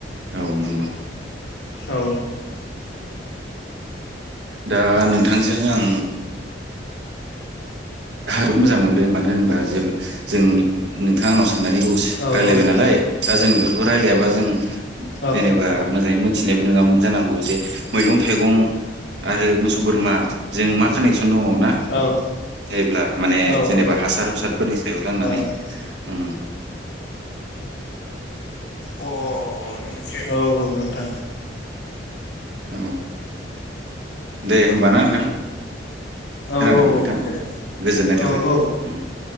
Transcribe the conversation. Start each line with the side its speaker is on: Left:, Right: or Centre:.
Right: औ नंगौ
Left: औ
Right: दा नोंथांजों आं हारत मोजां मोनदों मानो होनोबा जेब्ला जोंनि नोंथाङा आंनाव सोंनानै
Left: औ
Right: रायलायबाय
Left: औ
Right: नालाय दा जों बेफोरखौ रायलायाबा जों
Left: औ
Right: जेनेबा मोजाङै मोन मोनथिनायबो नङामोन जानांगौ जे मैगं थाइगं आरो मोसौ बोरमा जों मा कानेकसन दङ ना
Left: औ
Right: जायोब्ला माने
Left: औ ओ
Right: जेनेबा हासार हुसारफोरनि सायाव रोंनानै
Left: औ
Right: उम <inaudible>
Left: अ नोंसो औ औ नोंथां
Right: औ दे होमबाना नोंथां
Left: औ
Right: खोनादों
Left: औ
Right: नोंथां
Left: औ दे
Right: गोजोननाय थाबाय
Left: औ औ
Right: उम